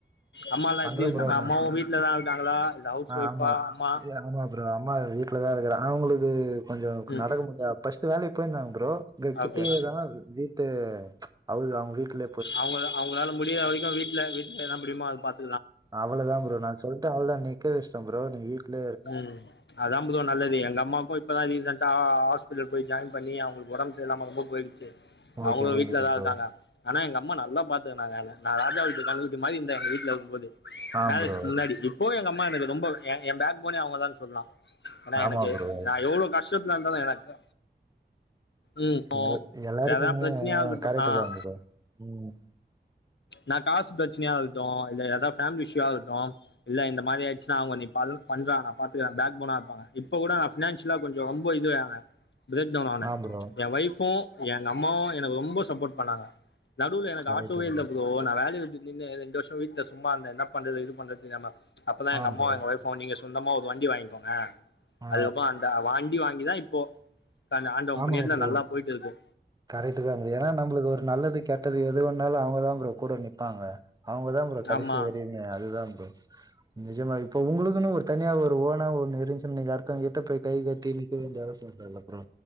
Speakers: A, on the left; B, on the right.
A: அம்மாலாம்
B: பண்றே
A: எப்படி இருக்காங்க
B: ப்ரோ
A: அம்மாவும்
B: நா
A: வீட்டு்லதான் இருக்காங்களா இல்ல ஹவுஸ்
B: ஆ
A: ஒய்ஃபா
B: ஆமா
A: அம்மா
B: ஏ, ஆமா ப்ரோ அம்மா வீட்டில் தான் இருக்கிற அவங்களுக்கு கொஞ்சம்
A: ம்
B: நடக்க முடியாது ஃபர்ஸ் ட் வேலைக்கு போயிருந்தாங்க ப்ரோ இங்க கிட்டேயதான்
A: ஓகே
B: வீட்டு அவது அவங்க வீட்டுல
A: அவங்க அவங்களால முடியாத வரைக்கும் வீடல வீட்டுல என்ன முடியுதோ அதது பாத்
B: அவ்ளதான் ப்ரோ நான் சொல்லட்டு அவளதான் நிக்கவச்சுடேன் ஃப்ரோ நீ வீட்டுல
A: உஹம் அதான் ஃப்ரோ நல்லது எங்க அம்மாக்கும் இப்பதான் ரீசெண்டா ஹாஸ்பிடல் போய் ஜாயின் பண்ணி அவங்க உடம்பு சரியில்லாம ரொம்ப போயிடுச்சு அவங்களும்
B: ஓகே
A: வீட்டு்ல
B: ஓகே
A: தா
B: ப்ரோ
A: இருக்காங்க ஆனா எங்க அம்மா நல்லா பாத்துக்கனாங்க என்ன நான் ராஜா வீட்டு கன்னுகுட்டி மாறி இருந்தேங்க வீட்டுல இருக்கும் போது
B: ஆ
A: மேரேஜ்கு
B: ப்ரோ
A: முன்னாடி இப்போ எங்க எனக்கு ரொம்ப என் பே போன அவங்கதா சொன்னா ஏன்னா
B: ஆமா
A: எனக்கு
B: ப்ரோ
A: நா எவ்வளவு கஷ்டத்துல இருந்தாலு எனக்கு ம்
B: எ எல்லாருக்குமே
A: எதனா பிரச்சனையா இருக்கட்டு
B: கரக்ட
A: ஆ
B: தா ப்ரோ உம்
A: நா காச பிரச்சனையா இருக்கட்டும் இல்ல எட பேமிலி இஷயூவா இருக்கட்டும் இல்ல இந்த மாதிரி ஆய்டுச்சுனா அவங்க நீ பண்றா நா பாத்துக்க பேக் போனா இருப்பாங்க இப்ப கூட நா பைனான்சியல்லா கொஞ்சம் ரொம்ப இதுவோங்க பிரேக்டவுன் ஆன
B: ஆ ப்ரோ
A: என் வை ஃபும் எங்க அம்மாவு எனக்கு ரொம்ப சப்போர்ட் பண்ணாங்க நடுல எனக்கு
B: கரெக்ட்
A: ஆட்டோவே
B: ப்ரோ
A: இல் நா வேலை விட்டு நின்னு ரெண்டு வருஷம் வீட்டுல சும்மா இருந்த என்ன பண்றது இது பண்றது தெரியாம அப்பதா எங்க
B: ஆ
A: அம்மாவும்
B: ப்ரோ
A: எங்க வைஃபும் நீங்க சொந்தமா ஒரு வண்டி வாங்கிக்கோங்க
B: ஆ
A: அதுக்கப்புறம் அந்த வாண்டி வாங்கி தா இப்போ அந்த ஆண்டவ
B: ஆமாங்
A: புண்ணியத்துல
B: ப்ரோ
A: நல்லா போயிட்டு இருக்கு
B: கரெக்ட்தாங் ஏன்னா நம்மளுக்கு ஒரு நல்லது கெட் டது எது வந்தாலு அவங்கதா ப்ரோ கூட நிப்பாங்க அவங்கதா ப்ரோ கடைசி
A: ஆமா
B: வரியுமே அதுதா ப் ரோ நிஜமா இப்ப உங்களுக்குனு ஒரு தனியா ஒரு ஓனா ஒண்ணு இருந்ச்சினு நீங்க அடுத்தவன்கிட்ட போய் கை கட்டி நிக்க வேண்டிய அவசிய இல்லல்ல ப்ரோ